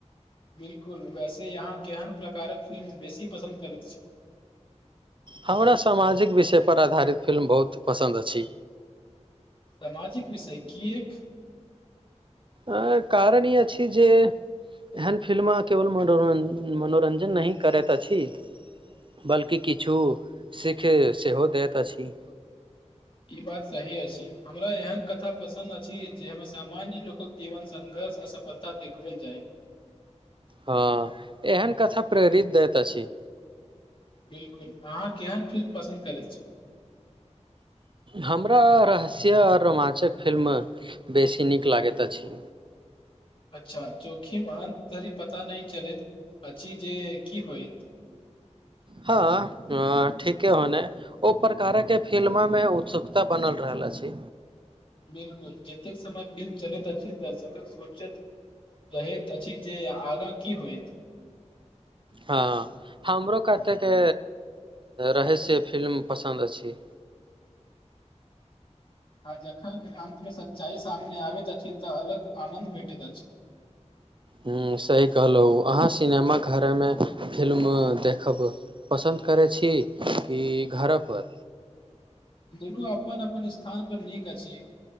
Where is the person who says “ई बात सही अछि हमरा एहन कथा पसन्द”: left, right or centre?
Left